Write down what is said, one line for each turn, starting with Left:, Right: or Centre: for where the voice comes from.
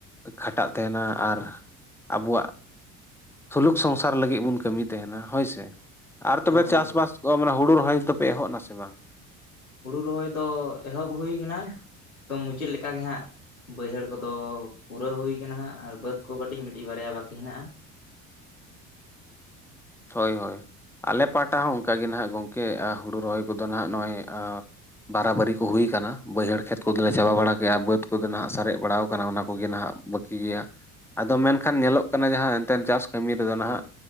Centre: ᱠᱷᱟᱴᱟᱜ ᱛᱟᱦᱮᱱᱟ ᱟᱨ ᱟᱵᱚᱣᱟᱜ ᱥᱩᱞᱩᱠ ᱥᱚᱝᱥᱟᱨ ᱞᱟᱹᱜᱤᱫ ᱵᱚᱱ ᱠᱟᱹᱢᱤ ᱛᱟᱦᱮᱱᱟ ᱦᱳᱭᱥᱮ ᱟᱨ ᱛᱚᱵᱮ
Left: ᱦᱳᱭ
Centre: ᱪᱟᱥᱵᱟᱥ
Left: ᱦᱳᱭ
Centre: ᱚ ᱢᱟᱱᱮ ᱦᱩᱲᱩ ᱨᱚᱦᱚᱭ ᱫᱚ ᱯᱮ ᱮᱦᱚᱰ ᱮᱱᱟ ᱥᱮ ᱵᱟᱝ?
Left: ᱦᱩᱲᱩ ᱨᱚᱦᱚᱭ ᱫᱚ ᱮᱦᱚᱵ ᱦᱩᱭ ᱠᱟᱱᱟ ᱛᱚ ᱢᱩᱪᱟᱹᱫ ᱞᱮᱠᱟ ᱜᱮ ᱦᱟᱸᱜ᱾ ᱵᱟᱹᱭᱦᱟᱹᱲ ᱠᱚᱫᱚ ᱯᱩᱨᱟᱹᱣ ᱦᱩᱭ ᱟᱠᱟᱱᱟ ᱦᱟᱸᱜ ᱾ ᱟᱨ ᱵᱟᱹᱫ ᱠᱚ ᱠᱟᱹᱴᱤᱡ ᱢᱤᱫᱴᱤᱡ ᱵᱟᱨᱭᱟ ᱵᱟᱹᱠᱤ ᱦᱮᱱᱟᱜᱼᱟ ᱾
Centre: ᱦᱳᱭ ᱦᱳᱭ ᱾ ᱟᱞᱮ ᱯᱟᱦᱴᱟ ᱦᱚᱸ ᱚᱝᱠᱟ ᱜᱮ ᱱᱟᱦᱟᱸᱜ ᱜᱚᱝᱠᱮ ᱾ ᱦᱩᱲᱩ ᱨᱚᱦᱚᱭ ᱠᱚᱫᱚ ᱱᱟᱦᱟᱜ ᱱᱚᱜᱼᱚᱭᱼᱼ ᱵᱟᱨᱟᱵᱟᱹᱨᱤ ᱠᱚ ᱦᱩᱭ ᱟᱠᱟᱱᱟ ᱾ ᱵᱟᱹᱭᱦᱟᱹᱲ ᱠᱷᱮᱛ ᱠᱚᱫᱚ ᱞᱮ ᱪᱟᱵᱟ ᱵᱟᱲᱟ ᱠᱮᱫᱼᱟ ᱾ ᱵᱟᱹᱫᱽ ᱠᱚᱫᱚ ᱱᱟᱦᱟᱜ ᱥᱟᱨᱮᱡ ᱵᱟᱲᱟᱣ ᱠᱟᱱᱟ ᱾ ᱚᱱᱟ ᱠᱚᱜᱮ ᱱᱟᱦᱟᱜᱼᱼ ᱵᱟᱹᱠᱤ ᱜᱮᱭᱟ ᱾ ᱟᱫᱚ ᱢᱮᱱᱠᱷᱟᱱ ᱧᱮᱞᱚᱜ ᱠᱟᱱᱟ ᱡᱟᱦᱟᱸ ᱮᱱᱛᱮᱫ ᱪᱟᱥ ᱠᱟᱹᱢᱤ ᱨᱮᱫᱚ ᱱᱟᱦᱟᱜ